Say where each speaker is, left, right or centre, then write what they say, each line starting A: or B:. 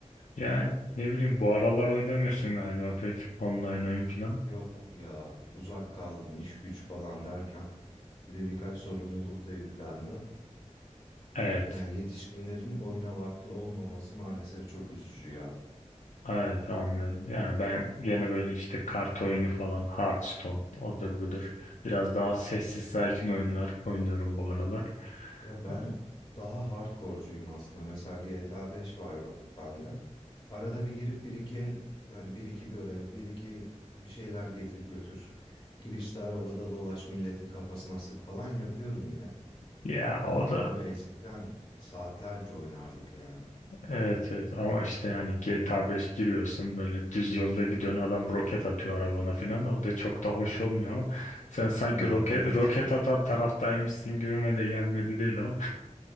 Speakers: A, on the left; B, on the left.
A: Yani ne bileyim bu aralar oynamıyorsun galiba pek online oyun filan.
B: Yok ya uzak kaldım iş güç falan derken bir de birkaç sorumluluk da yüklendi.
A: Evet.
B: Yani yetişkinlerin oyuna vakti olmaması maalesef çok üzücü ya.
A: Evet anlıyorum. Yani ben gene böyle işte kart oyunu falan, Hearthstone, odur budur. Biraz daha sessiz sakin oyunlar oynuyorum bu aralar.
B: Ya ben
A: Ee,
B: daha hardcore'cuyum aslında. Mesela GTA 5 var b- bende. Arada bir girip bir iki el hani bir iki görev, bir iki bir şeyler getir götür. Girişte arabada dolaş milletin kafasına sık falan yapıyorum yine.
A: Ya
B: Ama
A: o
B: abi
A: da
B: eskiden saatlerce oynardık yani.
A: evet evet ama işte hani GTA 5 giriyorsun böyle düz yolda gidiyorsun adam roket atıyor arabana filan o da çok da hoş olmuyor ama sen sanki
B: Ya
A: roket
B: evet.
A: roket atan taraftaymışsın gibime de gelmedi değil ama